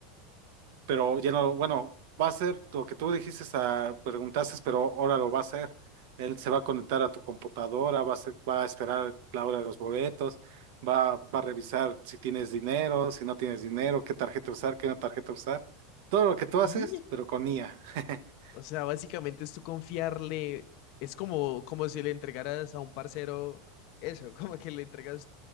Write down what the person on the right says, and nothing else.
pero ya no, bueno, va a hacer lo que tú dijiste, a, preguntaste, pero ahora lo va a hacer. Él se va a conectar a tu computadora, va a, ser- va a esperar la hora de los boletos, va, va a revisar si tienes dinero, si no tienes dinero, qué tarjeta usar, qué no tarjeta usar. Todo lo que tú haces,
pero con IA. <laughs>